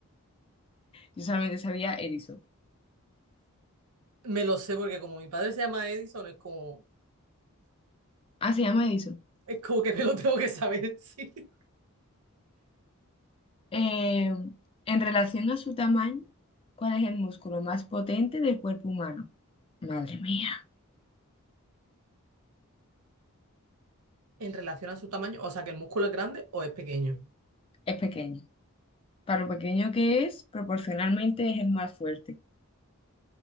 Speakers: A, on the left; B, on the right.
A: Yo solamente sabía Edison.
B: Me lo sé porque como mi padre se llama Edison, es como,
A: Ah, se llama Edison.
B: es como que me lo tengo que saber, <laughs> sí.
A: Eh, en relación a su tamaño, ¿cuál es el músculo más potente del cuerpo humano? Madre mía,
B: En relación a su tamaño, o sea, que el músculo es grande o es pequeño.
A: es pequeño. Para lo pequeño que es, proporcionalmente es el más fuerte,